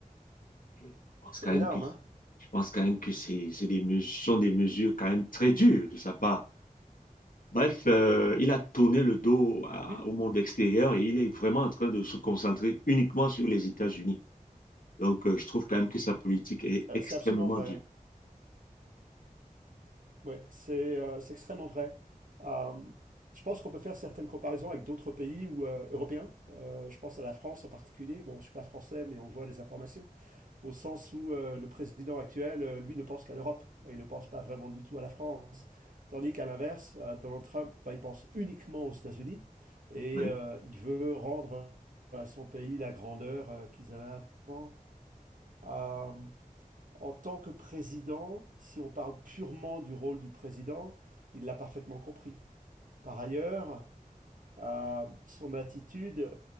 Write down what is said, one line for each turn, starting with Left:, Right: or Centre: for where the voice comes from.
Left: Je pense
Right: C'est
Left: quand même
Right: énorme,
Left: que,
Right: hein?
Left: je pense quand même que c'est, c'est des mesures, sont des mesures quand même très dures de sa part. Bref, euh, il a tourné le dos à-
Right: Oui,
Left: au monde extérieur et il est vraiment en train de se concentrer uniquement sur les États-Unis. Donc, euh, je trouve quand même que sa politique est
Right: euh,
Left: extrêmement
Right: c'est absolument vrai.
Left: dure.
Right: Oui, c'est euh, c'est extrêmement vrai. Euh, je pense qu'on peut faire certaines comparaisons avec d'autres pays ou, euh, européens. Euh, je pense à la France en particulier. Bon, je ne suis pas français, mais on voit les informations. Au sens où euh, le président actuel, euh, lui, ne pense qu'à l'Europe et il ne pense pas vraiment du tout à la France. Tandis qu'à l'inverse, euh, Donald Trump, bah, il pense uniquement aux États-Unis et
Left: Oui,
Right: euh, il veut rendre à son pays la grandeur euh, qu'ils avaient avant. Euh, En tant que président, si on parle purement du rôle du président, il l'a parfaitement compris. Par ailleurs, euh, son attitude,